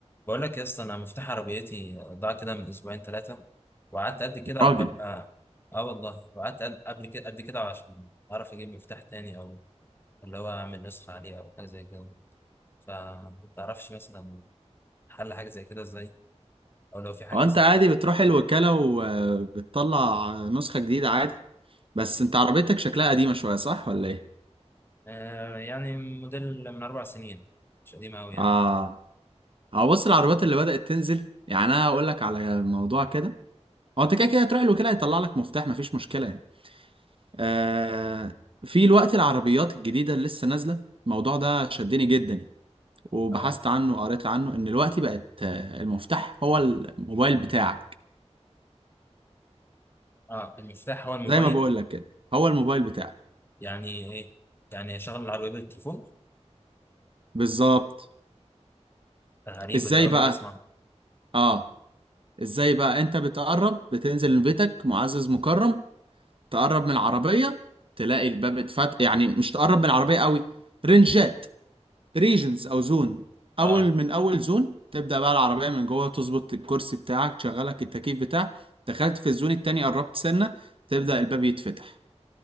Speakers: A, on the left (about 20°); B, on the right (about 50°).
A: بقول لك يا اسطى انا مفتاح عربيتي ضاع كده من اسبوعين ثلاثه وقعدت قد كده
B: يا
A: عقبال
B: راجل
A: ما اه والله وقعدت قد- قبل كده قد كده عشان اعرف اجيب مفتاح تاني او اللي هو اعمل نسخه عليه او حاجه زي كده فمتعرفش مثلا حل حاجه زي كده ازاي او لو في حاجه
B: هو
A: مثلا
B: انت عادي
A: حديثه
B: بتروح الوكالة
A: نعم
B: وبتطلع نسخة جديدة عادي بس انت عربيتك شكلها قديمة شوية صح ولا ايه؟
A: آه يعني موديل من اربع سنين مش قديم قوي يعني
B: اه هو بص العربيات اللي بدأت تنزل يعني انا هقول لك على موضوع كده هو انت كده كده هتروح الوكالة هيطلع لك مفتاح مفيش مشكلة يعني آه في الوقت العربيات الجديدة اللي لسه نازلة الموضوع ده شدني جدا يعني وبحثت
A: اه
B: عنه وقريت عنه ان الوقت بقت آه، المفتاح هو الموبايل بتاعك
A: اه المفتاح هو الموبايل
B: زي ما بقول لك كده هو الموبايل بتاعك
A: يعني ايه يعني شغل العربيه بالتليفون
B: بالظبط
A: غريبه
B: ازاي
A: دي اول
B: بقى
A: مره اسمعها
B: اه ازاي بقى انت بتقرب بتنزل من بيتك معزز مكرم تقرب من العربية تلاقي الباب اتفتح يعني مش تقرب من العربية قوي رنجات ريجنز او زون اول
A: اه
B: من اول زون تبدأ بقى العربية من جوه تظبط الكرسي بتاعك تشغلك التكييف بتاعك دخلت في الزون التاني قربت سنة تبدأ الباب يتفتح